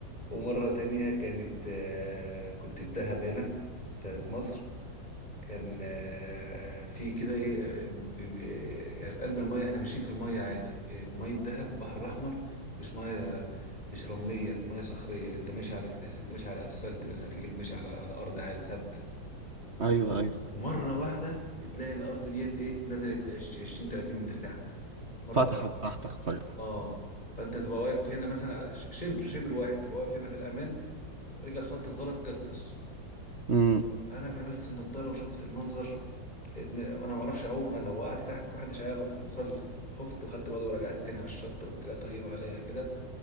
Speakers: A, on the left; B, on the right.
A: ومرة تانية كانت آه كنت في دهب هنا في في مصر كان آه، في كده ايه آه، ب- ب- يعني في قلب الميه احنا ماشيين في الميه عادي يعني ميه دهب البحر الاحمر مش ميه مش رمليه ميه صخريه انت ماشي على تحس انت ماشي على اسفلت مثلا رجليك ماشي على على الارض عادي ثابت
B: ايوه ايوه
A: ومره واحده بتلاقي الارض ديت ايه نزلت 20 30 متر تحت مره
B: فتحت
A: واحده
B: تحتك فجأة
A: اه فانت تبقى واقف هنا مثلا ش- شبر شبر واحد تبقى واقف هنا في الامان رجلك خطت غلط تغطس
B: امم
A: انا لبست النضاره وشفت المنظر لقيت ن- انا ما اعرفش اعوم انا لو وقعت تحت محدش هيعرف يوصل لي خفت خدت بعض ورجعت تاني على الشط قلت لا طيب عليا كده